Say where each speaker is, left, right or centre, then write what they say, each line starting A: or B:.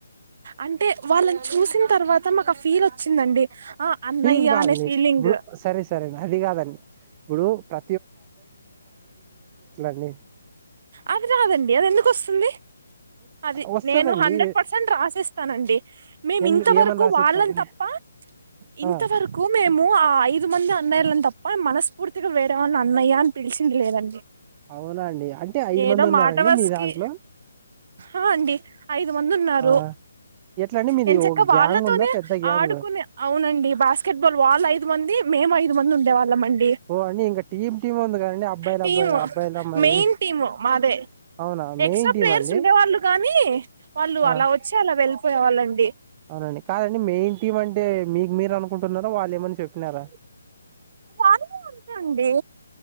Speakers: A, on the right; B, on the right.
A: అంటే వాళ్ళని చూసిన తర్వాత మాకు ఫీల్ వచ్చిందండి. ఆ అన్నయ్య
B: ఫీజ్ కాదండి
A: అనే ఫీలింగ్
B: ఇప్పుడు సరే సరే అది కాదండి. ఇప్పుడు ప్ర అండి
A: అది రాదండి అది ఎందుకు వస్తుంది, అది
B: వస్తదండి
A: నేను హండ్రెడ్ పర్సెంట్ రాసిస్తానండి. మేము
B: ఎ
A: ఇంతవరకు
B: ఏమని రాసిస్తారండి
A: వాళ్ళని తప్ప, ఇంత
B: ఆ
A: వరకు మేము ఆ ఐదు వంది అన్నయలను తప్ప, మనస్ఫూర్తిగా వేరే వాళ్లని అ అన్నయ్య అని పిలిచింది లేదండి.
B: అవునా అండి, అంటే ఐదు
A: ఏదో
B: మంది ఉన్నారండి
A: మాట వరసకి
B: మీ దాంట్లో?
A: ఆ అండి ఐదు మంది ఉన్నారు.
B: ఆ ఎట్లా అండి మీది
A: ఎం చక్క
B: ఓ
A: వాళ్ళతోనే
B: గ్యాంగ్ ఉందా పెద్ద గ్యాంగ్
A: ఆడుకునే, అవునండి. బాస్కెట్బాల్ వాళ్ళు ఐదు మంది మేము ఐదు మంది ఉండేవ లమండి
B: ఓ అండి ఇంకా టీమ్ టీమ్ ఉంది కదండి అబ్బాయిలు
A: టీము,
B: అబ్బాయి అబ్బాయిలు అమ్మాయిది
A: మెయిన్ టీము మాదే.
B: అవునా
A: ఎక్స్ట్రా
B: మెయిన్ టీమ్
A: ప్లేయర్స్
B: అండి
A: ఉండే వాళ్ళు కాని వాళ్ళు
B: ఆ
A: అలా వచ్చి అలా వెళ్ పోయేవాళ్ళండి
B: అవునండి కాదండి మెయిన్ టీమ్ అంటే మీకు మీరు అనుకుంటున్నార, వాళ్ళు లే మన్న చెప్పినారా,
A: వాళ్ళు అంతే అండి